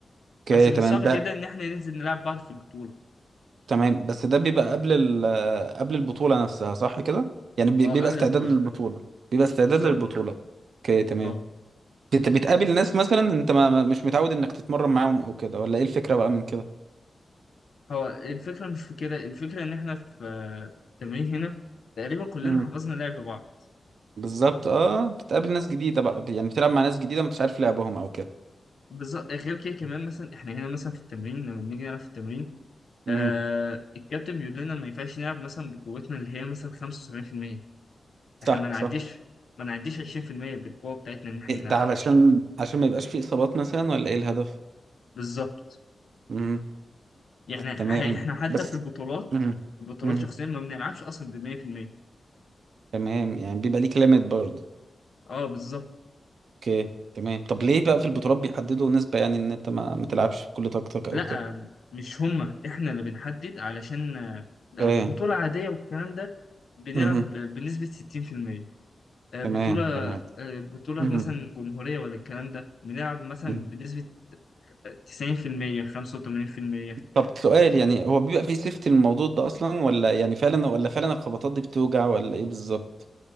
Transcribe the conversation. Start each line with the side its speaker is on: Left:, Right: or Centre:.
Right: اوكي
Left: بس من
Right: تمام
Left: الصعب
Right: ده
Left: جدا ان احنا ننزل نلعب بعض في البطولة
Right: تمام بس ده بيبقى قبل ال قبل البطولة نفسها صح كده يعني بي-
Left: اه
Right: بيبقى
Left: قبل
Right: استعداد
Left: البطولة
Right: للبطولة بيبقى استعداد
Left: بالظبط
Right: للبطولة اوكي تمام
Left: اه
Right: بت- بتقابل ناس مثلا انت ما ما- مش متعود انك تتمرن معاهم او كده ولا ايه الفكرة بقى من كده
Left: هو الفكرة مش في كده الفكرة إن إحنا في آه، التمرين هنا تقريبا كلنا
Right: مم.
Left: حفظنا لعب بعض
Right: بالظبط اه بتقابل ناس جديدة بقى يعني بتلعب مع ناس جديدة ما انتش عارف لعبهم او كده
Left: بالظبط غير كده كمان مثلا إحنا هنا مثلا في التمرين لما بنيجي نلعب في التمرين
Right: مم.
Left: آه الكابتن بيقول لنا ما ينفعش نلعب مثلا بقوتنا اللي هي مثلا 75%
Right: صح
Left: إحنا ما نعديش
Right: صح
Left: ما نعديش 20% بالقوة بتاعتنا إن إحنا نلعبها
Right: ده علشان عشان ما يبقاش فيه اصابات مثلا ولا ايه الهدف
Left: بالظبط
Right: مم.
Left: يعني إح-
Right: تمام
Left: إحنا حتى
Right: بس
Left: في البطولات
Right: مم.
Left: البطولات
Right: مم.
Left: شخصيا ما بنلعبش أصلا ب 100%
Right: تمام يعني بيبقى ليك ليميت برضه
Left: أه بالظبط
Right: اوكي تمام طب ليه بقى في البطولات بيحددوا نسبة يعني ان انت ما ما تلعبش بكل طاقتك او
Left: لا
Right: كده
Left: مش هما احنا اللي بنحدد علشان آه، لو
Right: اوكي
Left: بطولة عادية والكلام ده بنلعب
Right: مم.
Left: بنسبة 60% آه،
Right: تمام
Left: بطولة
Right: تمام
Left: آه، بطولة
Right: مم.
Left: مثلا جمهورية ولا الكلام ده بنلعب مثلا
Right: مم.
Left: بنسبة 90% 85%
Right: طب سؤال يعني هو بيبقى فيه سيفتي الموضوع ده اصلا ولا يعني فعلا ولا فعلا الخبطات دي بتوجع ولا ايه بالظبط